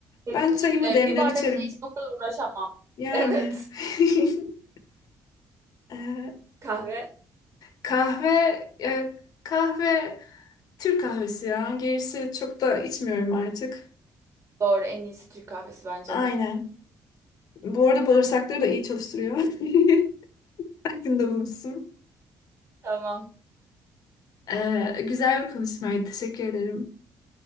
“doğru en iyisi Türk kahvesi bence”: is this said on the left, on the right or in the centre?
Right